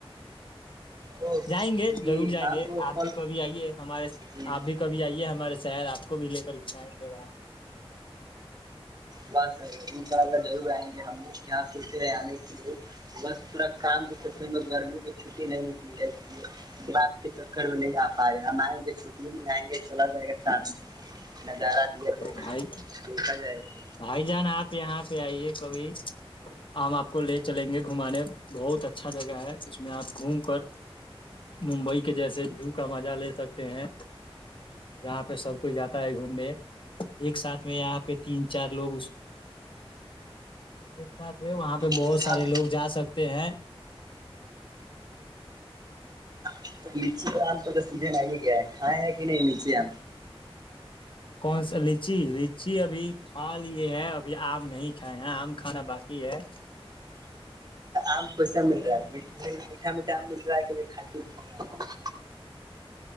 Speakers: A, on the right; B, on the left.
A: تو
B: جائیں گے
A: یہ
B: ضرور جائیں
A: آم
B: گے
A: اور
B: آپ
A: پھل
B: بھی کبھی آئیے ہمارے
A: جی
B: آپ بھی کبھی آئیے ہمارے شہر آپ کو بھی لے سر گھمائیں گے وہاں <inaudible>
A: بس انشاء اللہ ضرور آئیں گے ہم لوگ یہاں پنتے رہ آنے کے لیے بس پورا کام کے چر میں گرمی میں چھٹی نہیں مل رہی ہے رات کے چکر میں نہیں آ پا رہے ہم آئیں گے چھٹی م جائیں گے چلا جائے گا ساتھ میں نظارہ دیا جائے گا
B: بھائی
A: دیکھا جائے گا
B: بھائی جان آپ یہاں پہ آئیے کبھی ہم آپ کو لے چلیں گے گھمانے بہت اچھا جگہ ہے اس میں آپ گھوم کر ممبئی کے جیسے وو کا مزہ لے سکتے ہیں جاں پہ سب کوئی جاتا ہے گھومنے ایک ساتھ میں یہاں پہ تین چار لوگ اس ایک ساتھ وہاں پہ بہت
A: تو
B: سارے
A: آپ
B: لوگ جا سکتے ہیں
A: <unintelligible> تو سیدجن آئی گیا ہے کھائےیں ہے کہ نہیں نیچے آ
B: کون سا لچی لچی ابھی کھا لی ہے ابھی آم نہیں کھائے ہیں آم کھانا باقی ہے
A: آم کوسا مل رہا ہے میٹھا میٹھا آم مل رہا ہے کہبھی کھٹی مل رہا ہے